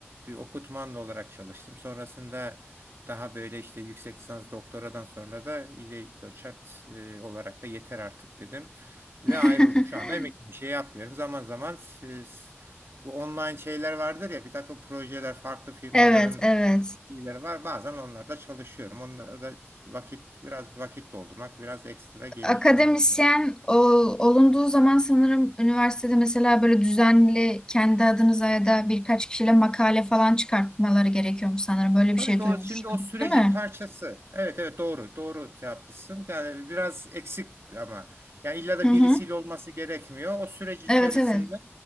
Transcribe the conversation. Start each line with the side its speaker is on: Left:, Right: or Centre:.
Right: okutmanlı olarak çalıştım. Sonrasında daha böyle işte yüksek lisans doktoradan sonra da iyice doçent e, olarak da yeter artık dedim ve
Left: <laughs>
Right: ayrıldım. Şu anda emekli bir şey yapmıyorum. Zaman zaman siz, bu online şeyler vardır ya bir takım projeler farklı firmaların
Left: Evet, evet.
Right: şeyleri var. Bazen onlarda çalışıyorum. Onlara da vakit biraz vakit doldurmak biraz ekstra gelir
Left: Akademisyen
Right: falan filan.
Left: ol- olunduğu zaman sanırım üniversitede mesela böyle düzenli kendi adınıza ya da birkaç kişiyle makale falan çıkartmaları gerekiyormuş sanırım. Böyle
Right: Tabii
Left: bir şey
Right: ki
Left: duymuştum,
Right: o şimdi o sürecin
Left: değil mi?
Right: parçası. Evet evet doğru doğru şey yapmışsın. Yani biraz eksik ama yani illa da
Left: Hı hı.
Right: birisiyle olması gerekmiyor. O süreç içerisinde
Left: Evet, evet.